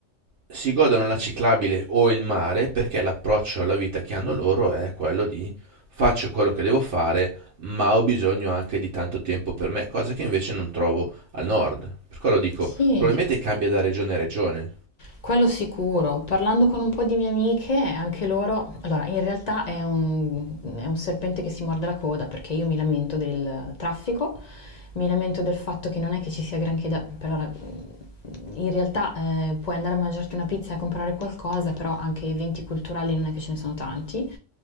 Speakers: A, on the right; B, on the left.
A: si godano la ciclabile o il mare perché l'approccio alla vita che hanno loro è quello di faccio quello che devo fare, ma ho bisogno anche di tanto tempo per me, cosa che invece non trovo al nord. Per quello dico,
B: Sì,
A: probabilmente cambia da regione a regione.
B: Quello sicuro. Parlando con un po' di mie amiche, anche loro, allora in realtà è un, è un serpente che si morde la coda perché io mi lamento del traffico, mi lamento del fatto che non è che ci sia granché da... per ora, in realtà eh, puoi andare a mangiarti una pizza e a comprare qualcosa, però anche eventi culturali non è che ce ne sono tanti.